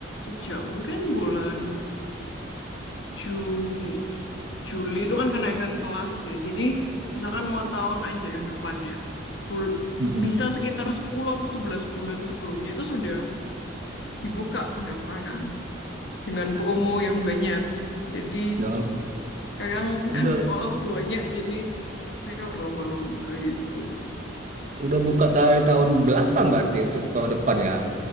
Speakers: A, on the left; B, on the right.
A: sejak mungkin bulan Jun- Juli itu kan kenaikan kelas ya. Jadi misalkan mau tahun aja kan depannya. Bul-
B: gitu.
A: bisa sekitar 10 atau 11 bulan sebelumnya itu sudah dibuka pendaftaran dengan promo yang banyak. Jadi
B: Jangan
A: sekarang
B: udah
A: kan sekolah banyak jadi mereka berlomba-lomba gitu.
B: udah buka dari tahun belakang berarti untuk tahun depan ya.